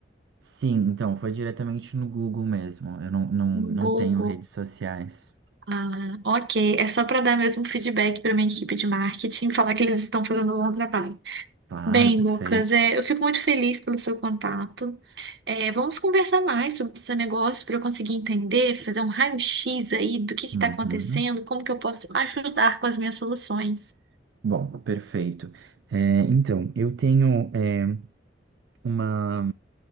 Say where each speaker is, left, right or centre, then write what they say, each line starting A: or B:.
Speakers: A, on the right; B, on the right.
A: Sim, então foi diretamente no Google mesmo. Eu não, não,
B: No
A: não
B: Google.
A: tenho redes sociais.
B: Ah, ok. É só para dar mesmo um feedback para minha equipe de marketing, falar que eles estão fazendo um bom trabalho.
A: Claro,
B: Bem,
A: perfeito.
B: Lucas, é, eu fico muito feliz pelo seu contato. É, vamos conversar mais sobre o seu negócio para eu conseguir entender, fazer um raio-x aí do que está
A: Uhum.
B: acontecendo, como que eu posso ajudar com as minhas soluções.
A: Bom, perfeito. É, então, eu tenho é, uma,